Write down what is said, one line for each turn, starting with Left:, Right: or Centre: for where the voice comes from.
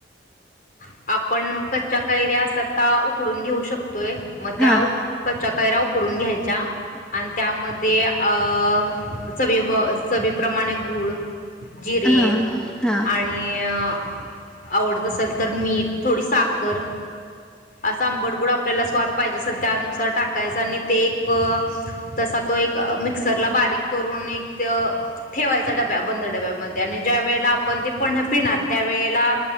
Left: अ आपण कच्च्या कैऱ्या अ तत्ता उकडून घेऊ शकतोय, मग त्या
Centre: हा
Left: कच्या कैऱ्या उकडून घ्यायचा. आणि त्यामध्ये अ.. चवी व चवीप्रमाणे गुळ, जिरे
Centre: हा हा
Left: आणि अ आवडत असल तर मीठ थोडी साख कर असा आंबडगोड आपल्याला स्वा पाहिजे असेल त्यानुसार टाकायचं आणि ते एक तसा तो एक अ मिक्सरला बारीक करून मित्य ठेवायचा डब्या बंद डब्यामध आणि ज्या वेळेला आपण ते पन्ह पिणार त्या वेळेला